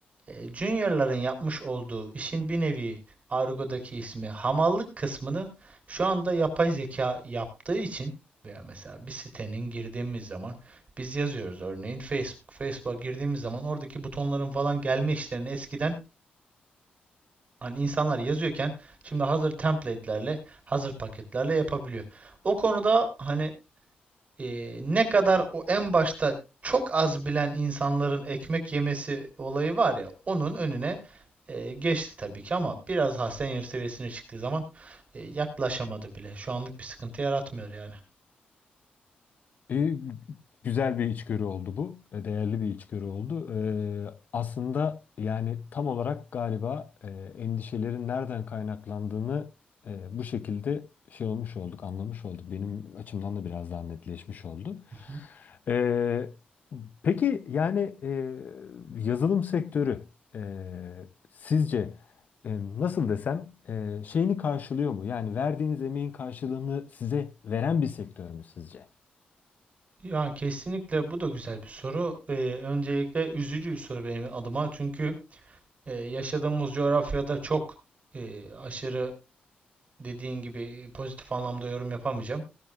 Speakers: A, on the right; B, on the left.
A: e, Junior'ların yapmış olduğu işin bir nevi argodaki ismi hamallık kısmını şu anda yapay zeka yaptığı için veya mesela bir sitenin girdiğimiz zaman biz yazıyoruz örneğin Facebook. Facebook'a girdiğimiz zaman oradaki butonların falan gelme işlerini eskiden hani insanlar yazıyorken şimdi hazır template'lerle, hazır paketlerle yapabiliyor. O konuda hani e, ne kadar o en başta çok az bilen insanların ekmek yemesi olayı var ya onun önüne e, geçti tabii ki ama biraz daha senior seviyesine çıktığı zaman e, yaklaşamadı bile. Şu anlık bir sıkıntı yaratmıyor yani.
B: E, güzel bir içgörü oldu bu. E, Değerli bir içgörü oldu. E, aslında yani tam olarak galiba e, endişelerin nereden kaynaklandığını e, bu şekilde şey olmuş olduk, anlamış olduk. Benim açımdan da biraz daha netleşmiş oldu.
A: Hı hı.
B: E, peki yani e, yazılım sektörü e, sizce e, nasıl desem e, şeyini karşılıyor mu? Yani verdiğiniz emeğin karşılığını size veren bir sektör mü sizce?
A: Yani kesinlikle bu da güzel bir soru. E, öncelikle üzücü bir soru benim adıma çünkü e, yaşadığımız coğrafyada çok e, aşırı dediğin gibi pozitif anlamda yorum yapamayacağım.